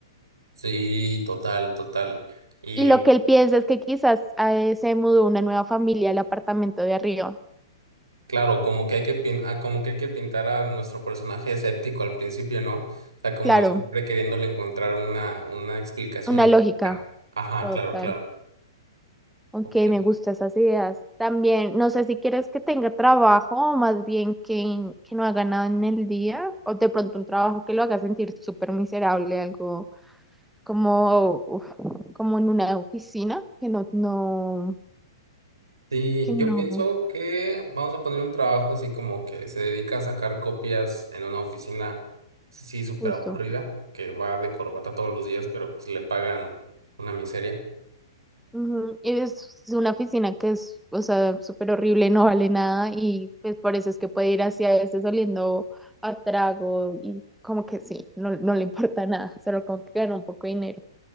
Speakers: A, on the right; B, in the centre.
A: sí, total, total. Y
B: Y lo que él piensa es que quizás eh, se mudó una nueva familia al apartamento de arriba.
A: claro, como que hay que, pin- ah, como que hay que pintar a nuestro personaje escéptico al principio, ¿no? O sea, como
B: Claro,
A: siempre queriéndole encontrar una, una explicación
B: una
A: lógica.
B: lógica
A: Ajá,
B: total.
A: claro, claro.
B: Ok,
A: Ok.
B: me gustan esas ideas. También, no sé si quieres que tenga trabajo o más bien que, que no haga nada en el día o de pronto un trabajo que lo haga sentir súper miserable, algo como, uf, como en una oficina, que no, no,
A: Sí,
B: que
A: yo
B: no,
A: pienso que vamos a poner un trabajo así como que se dedica a sacar copias en una oficina, sí, súper
B: justo.
A: aburrida, que va de corbata todos los días, pero pues le pagan una miseria.
B: Ujú, y Es una oficina que es, o sea, súper horrible, no vale nada y pues por eso es que puede ir así a veces oliendo a trago y como que sí, no, no le importa nada, solo como que gana un poco de dinero.